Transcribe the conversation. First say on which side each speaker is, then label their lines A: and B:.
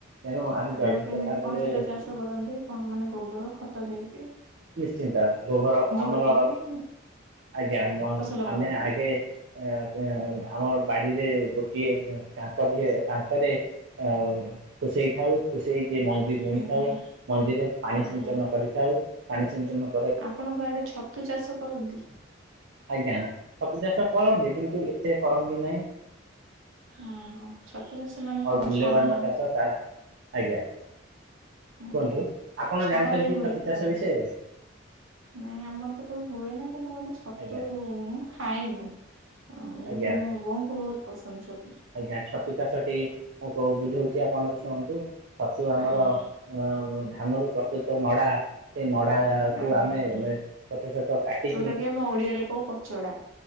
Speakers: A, on the right; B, on the right.
A: ତେଣୁ ଆମେ
B: ଆପଣ
A: ଜୈବିକ
B: କେମିତି
A: ସାରରେ
B: କଣ ସେଇଟା ଚାଷ କରନ୍ତି କଣ ମାନେ ଗୋବର ଖତ ଦେଇ।
A: ନିଶ୍ଚିନ୍ତ ଗୋବର ଆମର
B: ପୋତିକିରି
A: ଆଜ୍ଞା ମ
B: ଫସଲ କରନ୍ତି
A: ଆମେ ଆଗେ ଏଁ ଏଁ ଆମର ବାଡିରେ ଗୋଟିଏ କାଙ୍କ ଟିଏ କାଙ୍କରେ ଆଉ ଖୁସେଇ ଥାଉ। ଖୁସେଇକି ମଞ୍ଜି ବୁଣିଥାଉ
B: ଆଜ୍ଞା
A: ମଞ୍ଜିରେ ପାଣି
B: ଆଜ୍ଞା।
A: ଛିଞ୍ଚନ କରିଥାଉ ପାଣି ଛିଞ୍ଚନ
B: ଆପଣଙ୍କ ଆଡେ ଛତୁ ଚାଷ କରନ୍ତି।
A: ଆଜ୍ଞା ଛତୁ ଚାଷ କରନ୍ତି କିନ୍ତୁ ଏତେ କରନ୍ତି ନାହିଁ।
B: ଓହୋ ଛତୁ ଚାଷ ମାନେ
A: ଆଉ
B: କଣ
A: ମୂଲ୍ୟବାନ
B: ଛଣ
A: ଚାଷ ତା ଆଜ୍ଞା।
B: ଆଜ୍ଞା।
A: କୁହନ୍ତୁ ଆପଣ
B: ଛଣରେ
A: ଜାଣିଛନ୍ତି
B: ହୁଏ
A: ଛତୁ
B: ସେଟା
A: ଚାଷ
B: ମାନେ।
A: ବିଷୟରେ।
B: ନାଇଁ ଆମର ତ କେବେ ହୁଏ ନା କିନ୍ତୁ ଗୋଟେ ଛତୁ
A: ଆଜ୍ଞା
B: ମୁଁ ଖାଏନି। <unintelligible>
A: ଆଜ୍ଞା
B: ମୋ ବୋଉଙ୍କୁ ବହୁତ ପସନ୍ଦ ଛ
A: ଆଜ୍ଞା ଛତୁ ଚାଷଟି ମୁଁ କୋଉ ବୁଝୋଉଚି ଆପଣ ଶୁଣନ୍ତୁ ଛତୁ ଆମର
B: ଆଜ୍ଞା ଆଜ୍ଞା
A: ଅ ଧାନରୁ ପ୍ରସ୍ତୁତ ନଡା ସେ ନଡ଼ାକୁ
B: ଆଜ୍ଞା।
A: ଆମେ
B: ଆଜ୍ଞା।
A: ମେ ଛୋଟ ଛୋଟ କାଟିକି
B: ଯୋଉଟା କି ଆମେ ଓଡିଆରେ କୋଉ କଚଡା।